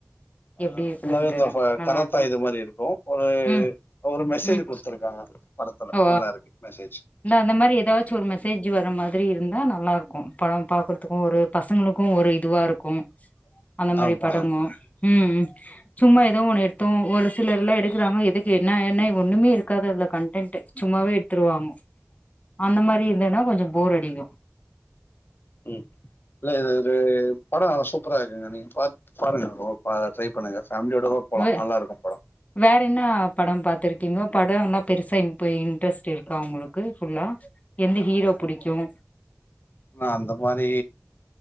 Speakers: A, on the left; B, on the left.
A: ஹ
B: எப்டி இருக்குன்ட்டுன்னு
A: ஃபுல்லாவே இந்த
B: நல்லா
A: கராத்தா
B: இருக்கு
A: இது மாரி இருக்கும் ஒரு
B: ம்
A: ஒரு மெசேஜ்
B: ம்
A: குடுத்துருக்காங்க படத்துல
B: ஓ
A: நல்லா இருக்கு மெசேஜ்
B: இந்த அந்த மாதிரி ஏதாச்சும் ஒரு மெசேஜ் வர மாதிரி இருந்தா நல்லா இருக் கும் படம் பார்க்கறதுக்கும் ஒரு பசங்களுக்கும் ஒரு இதுவா இருக்கும் அந்த மாரி
A: ஆமாங்க
B: படமும் உம் சும்மா ஏதோ ஒன்னு எடுத்தோம் ஒரு சிலர் எல்லாம் எடுக்குறாங்க எது க்கு என்ன என்ன ஒண்ணுமே இருக்காது அதுல கண்ட ன்ட் சும்மாவே எடுத்துருவாங்க அந்த மாதிரி இல்லைன்னா கொஞ்சம் போர் அடிக்கும்
A: உம் இல்ல ஏதேது படம் நல்லா சூப்பராக இருக்குங்க நீ பா பாருங்க பா ட்ரை பண்ணுங்க ஃபேமிலியோடவே போலா
B: வே
A: நல்லா இருக்கு படோ
B: வேற என்ன படம் பார்த்திருக் கீங்கோ படம் எல்லாம் பெருசா இ இன்ட்ரெஸ்ட் இருக்கா உங்களுக்கு ஃபுல்லா எந்த ஹீரோ புடிக்கும்
A: நான் அந்த மாதி